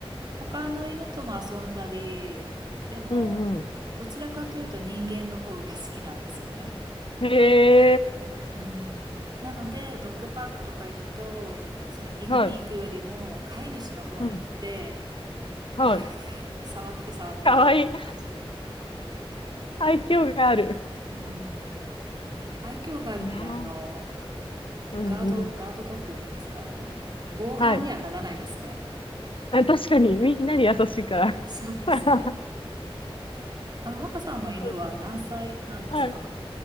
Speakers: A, on the right; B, on the left.
A: 他の犬とも遊んだり、でも、
B: うんう
A: どちらかというと人間の方が好きなんですよね。
B: ん。へえ、
A: うん。なので、ドッグパークとか行くと、その犬に行くよりも飼い主の方に行って、
B: はい。うん。はい。
A: なんか触って触ってみたいな感じで。
B: かわいい。いい。愛嬌がある。
A: うん。愛嬌があるので、
B: いやー
A: あの、
B: うんうん。
A: ガード、ガードドッグっていうんですか、あの、防犯にはならないですね。
B: はい。あ、確かに、みんなに優しいから。
A: そうですね。
B: <laughs>
A: あの、若さんの犬は何歳なんですか
B: はい。はい。